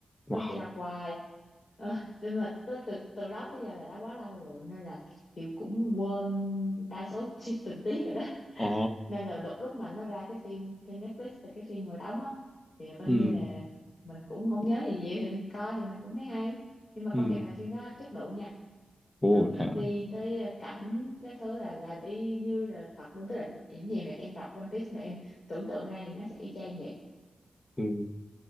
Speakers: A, on the left (about 25°); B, on the left (about 60°).
A: wow
B: xong chị đọc hoài Ờ, nhưng mà tới từ từ đó tới giờ là đã quá lâu rồi nên là chị cũng quên đa số chi <laughs> tình tiết rồi đó
A: ồ
B: nên là lúc lúc mà nó ra cái phim trên Netflix là cái phim người đóng á thì là coi
A: ừ
B: như là mình cũng không nhớ gì nhiều thì mình coi thì mình cũng thấy hay nhưng mà
A: ừ
B: công nhận là phim đó chất lượng nha
A: ồ
B: từ diễn
A: thế hả?
B: viên tới ờ, cảnh cái thứ là làm y như là thật luôn tức là những gì mà em đọc One Piece mà em tưởng tượng ra thì nó sẽ y chang vậy
A: Ừ.